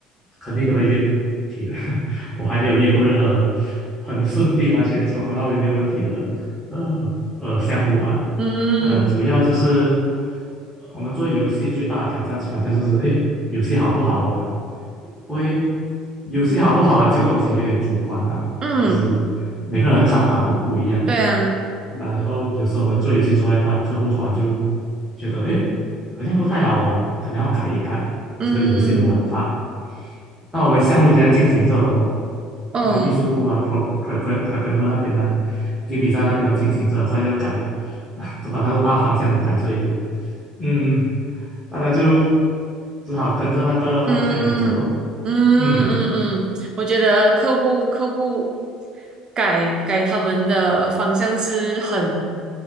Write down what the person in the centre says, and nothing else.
肯定都会遇题的。<laughs> 我还没有遇过任何很顺利、完全从头到尾没有问题的呃呃项目吧。
呃，主要就是呃我们做游戏最大的挑战，基本上就是诶，游戏好不好玩？因为游戏好不好玩这个东西有点主观啦，
其实每个人的看法都不一样。
然后有时候我们做游戏做到一半，客户突然就觉得，哎，好像不太好玩，可能要改一改这个游戏的玩法。
那我们项目已经在进行着了哦，
我们艺术部啊，pro program programmer 那边啊 g a m design 那边都进行着了，所以要改，<laughs> 都把它的大方向的改，所以，嗯，大家就只好跟着那个方向来走咯。
嗯，